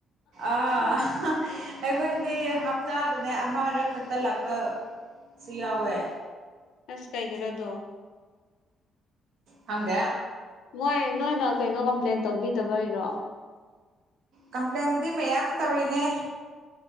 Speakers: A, on the right; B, on the left.
A: ꯑꯥ ꯑꯩꯈꯣꯏꯗꯤ ꯍꯞꯇꯥꯗꯅꯦ ꯑꯃꯔꯛ ꯈꯛꯇ ꯂꯥꯛꯄꯁꯨ ꯌꯥꯎꯋꯦ
B: ꯑꯁ ꯀꯥꯏꯒꯔꯥꯗꯣ
A: ꯍꯪꯗꯦ
B: ꯃꯣꯏ ꯅꯣꯏꯅ ꯀꯩꯅꯣ ꯀꯝꯄ꯭ꯂꯦꯟ ꯇꯧꯕꯤꯗꯕꯩꯔꯣ
A: ꯀꯝꯄ꯭ꯂꯦꯟꯕꯨꯗꯤ ꯃꯌꯥꯝ ꯇꯧꯔꯤꯅꯦ